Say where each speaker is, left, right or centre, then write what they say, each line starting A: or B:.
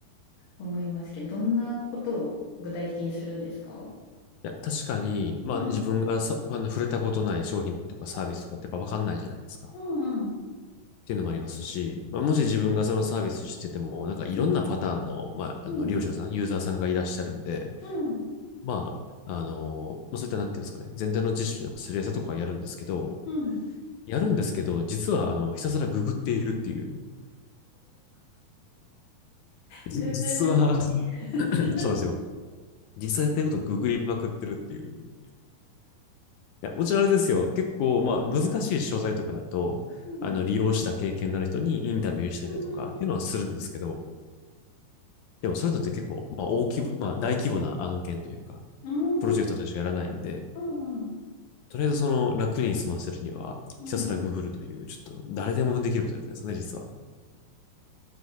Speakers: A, on the left; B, on the left.
A: 思いますけど、どんなことを具体的にするんですか
B: いや、確かに、まあ自分がさ、
A: うん。
B: あの、触れたことない商品とかサービスとかってやっぱわかんないじゃないですか。っ
A: うんうん。
B: ていうのもありますし、まあ、もし自分がそのサービスしてても、なんかいろんなパターンの、
A: うん
B: まあ、あの、
A: うん
B: 利用者さん、ユーザーさんがいらっしゃるんで、
A: うん
B: まあ、あの、まあそういったなんていうんですかね、全体の知識のすり合わせとかはやるんですけど、
A: うん
B: やるんですけど、実は、あの、ひたすらググっているっていう、じ実は
A: ググるし、
B: <clears throat>、そうなんですよ。実際やってることをググりまくってるっていう。いや、もちろんあれですよ。結構、まあ、難しい商材とかだと、
A: うん
B: あの、利用した経験のある人にインタビューしたりだとかっていうのはするんですけど、
A: うん
B: でもそういうのって結構、まあ、大規模、まあ、大規模な案件というか、
A: うんうんうん
B: プロジェクトたちがやらないんで、
A: うん
B: とりあえずその楽に済ませるには、
A: うんうん
B: ひたすらググるという、ちょっと誰でもできることやってるんですよね、実は。